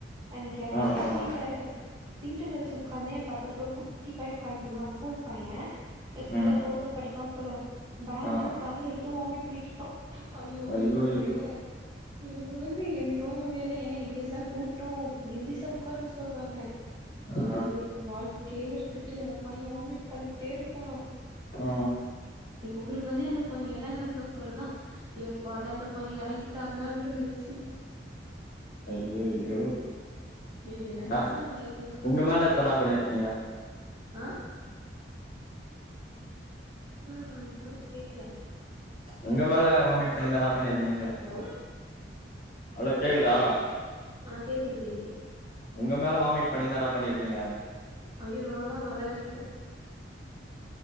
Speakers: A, on the right; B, on the left.
A: அன்னைக்கு எனக்கு
B: ஆ
A: நேரோ
B: ஆ
A: சீட் வேற கிட சீட் ட்டு வச்சி உட்காந்தே என் பக்கத்துல குட்டி பையன் உக்காந்துருந்தா ஸ்கூல் பையன் ஃபிப்த்தோ
B: ம்
A: ஃபோர்த்தோ படிப்பா போல பேக்லந்து
B: ஆ
A: கவர் எடுத்து வாமிட் பண்ணிட்டு ஐய்யோ
B: ஐயோயோ
A: எனக்கு முடில எனக்கு வந்து என்னைக்கோ ஒடையல ஏன்னா எந்திச்சா கூட்டோ எந்திசா உக்காரவு சொல்லுவாங்க
B: ஆ
A: எனக்கு வாழ்க்கையே வெறுத்துட்டு அந்த பையன் வாமிட் பண்ணிட்டே இருக்கா
B: அ
A: ஒரு வழியா அந்த பையன் இறங்குனதுக்கு அப்புறதா யப்பாடா இந்த பையன் இறங்கிட்டாண்டான்னு இருந்துச்சி
B: ஐய்யய்யோ
A: எ நெலம
B: ண்ணா
A: லைக்
B: உங்க மேல கன்னா என்ன பண்ணியிருப்பீங்க
A: அ சொல்லுங்க சொல்லுங்க ஹலோ கேக்கல
B: உங்க மேல வாமிட் பண்ணியிருந்தா என்னா பண்ணிருப்பீங்கன்னு கேட்டே
A: ஹலோ
B: ஹலோ கேக்குதா
A: ஆ கேக்குது கேக்குது
B: உங்க மேல வாமிட் பண்ணிந்தா என்னா பண்ணியிருப்பீங்க
A: ஐய்யோ நால்லா அலறி இருப்பே